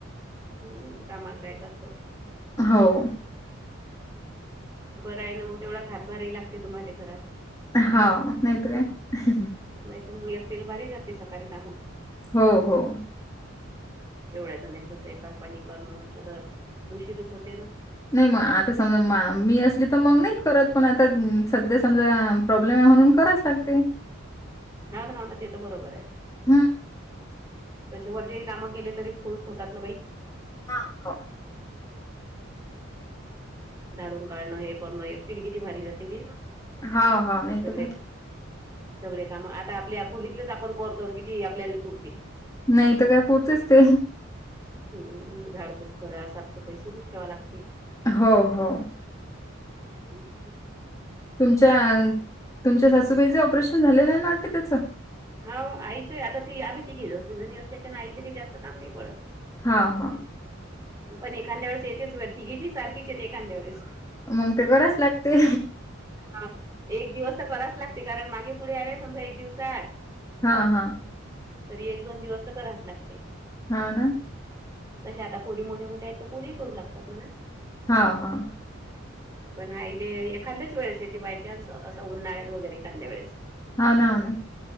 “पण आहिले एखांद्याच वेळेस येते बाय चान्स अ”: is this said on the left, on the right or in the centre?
Right